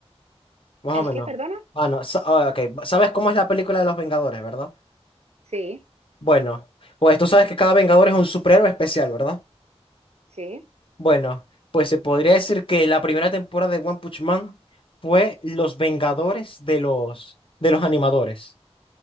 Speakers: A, on the left; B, on the right.
A: Más
B: ¿El
A: o menos.
B: qué, perdona?
A: Ah, no. sa- ah, ok. ¿Sabes cómo es la película de los Vengadores, verdad?
B: Sí,
A: Bueno, pues tú sabes que cada Vengador es un superhéroe especial, ¿verdad?
B: sí.
A: Bueno, pues se podría decir que la primera temporada de One Punch Man fue los Vengadores de los, de los animadores.